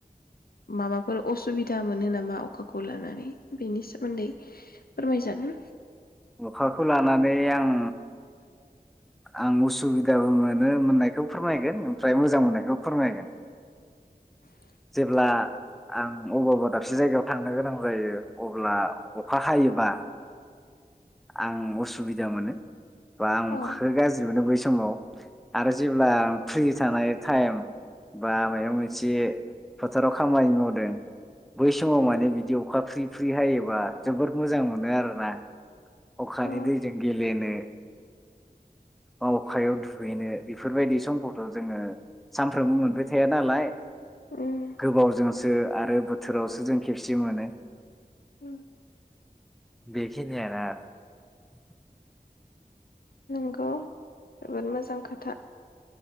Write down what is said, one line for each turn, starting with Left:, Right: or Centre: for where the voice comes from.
Left: माबाफोर असुबि दा मोनो नामा अखाखौ लानानै बेनि सोमोन्दै फोरमायजागोन
Centre: अखाखौ लानानै आं आं उसुबिदाबो मोन नो मोननायखौ फोरमायगोन। ओमफ्राय मोजां मोननायखौ फोरमायगोन।
Left: <inaudible>
Centre: जेब्ला आं अबावबा दाबसे जायगायाव थांनो गोनां जायो अब्ला अखा हायोबा आं उसुबिदा मोनो। गोबां
Left: औ
Centre: गाज्रि मोनो बै समाव आरो जेब्ला फ्रि थानाय टाइम बा माबा मोनसे फोथाराव खामानि मावदों। बै समाव माने बिदि अखा फ्रि फ्रि हायोबा जोबोद मोजां मोनो आरोना। अ खानि
Left: औ
Centre: दैजों गेलेनो। माअखायाव दुगैनो बेफोरबायदि समखौथ' जोङो सानफ्रोमबो मोनबाय थाया नालाय।
Left: उम
Centre: गोबावजोंसो आरो बोथोरावसो जों खेबसे मोनो।
Left: उम
Centre: बेखिनियानो आरो
Left: नंगौ जोबोद मोजां खोथा।